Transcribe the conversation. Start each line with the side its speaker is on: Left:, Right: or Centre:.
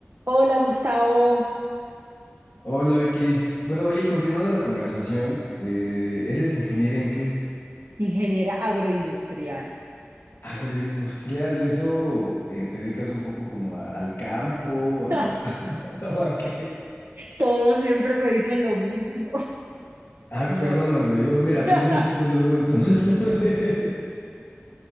Right: Hola Gustavo,
Left: Hola Vicky. Bueno, oye, continuando la conversación, eh, ¿eres ingeniera en qué?
Right: ingeniera agroindustrial.
Left: Agroindustrial, ¿eso eh, te dedicas un poco como a- al campo, a,
Right: <laughs>
Left: <laughs> o a qué?
Right: Todos siempre me dicen lo mismo.
Left: Ay,
Right: No.
Left: perdóname, yo, mira,
Right: <laughs>
Left: yo soy psicólogo, entonces <laughs> tal vez.